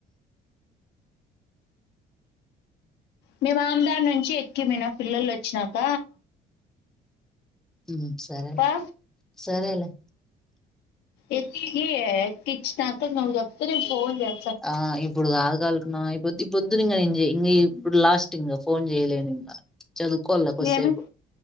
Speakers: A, on the left; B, in the centre.
A: మే మామదా నుంచి ఎక్కిమనా పిల్లలు వచ్చినాక
B: ఉ సరే లే
A: బా
B: సరేలే
A: ఎత్కి ఎక్కించినాక నవ చెప్త ఫన్ చె
B: ఆ ఇప్పుడు కాదుగాలు తున్నా అయిపోతే పొద్దున అరెండ్ చెయి లాస్ట్ ఇంకా ఫోన్ చేయలే ఇంకా చదువుకోల కొ స్సేపు
A: ఏమి